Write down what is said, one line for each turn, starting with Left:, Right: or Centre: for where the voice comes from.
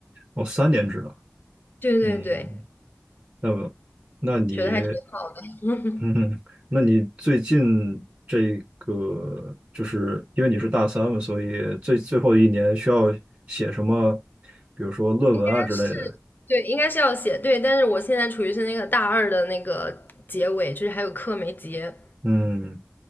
Right: 哦，三年制了。
Left: 对对对，
Right: 嗯，那么那你
Left: 觉得还挺好的，<laughs>
Right: 嗯，<laughs> 那你最近这个就是因为你是大三嘛，所以最最后一年需要写什么，比如说论文啊之类的。
Left: 应该是，对，应该是要写，对，但是我现在处于是那个大二的那个结尾，就是还有课没结，
Right: 嗯，